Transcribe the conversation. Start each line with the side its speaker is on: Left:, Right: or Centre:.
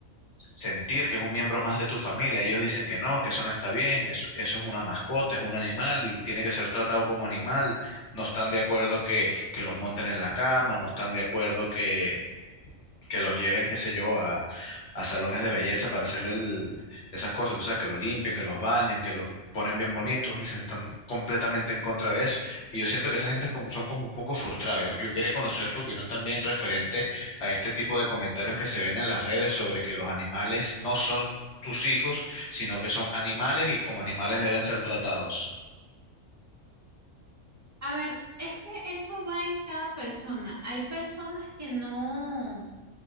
Left: sentir que es un miembro más de tu familia. Ellos dicen que no, que eso no está bien, eso, eso es una mascota, es un animal y tiene que ser tratado como animal. No están de acuerdo que, que los monten en la cama, no están de acuerdo que, que los lleven, qué sé yo, a, a salones de belleza para hacerle el- esas cosas, tú sabes, que los limpian, que los bañan, que los ponen bien bonitos y se están completamente en contra de eso. Y yo siento que esa gente es como, son como un poco frustrados. Yo, yo quería conocer tu opinión también referente a este tipo de comentarios que se ven en las redes sobre que los animales no son tus hijos, sino que son animales y como animales deben ser tratados.
Right: A ver, es que eso va en cada persona. Hay personas que no,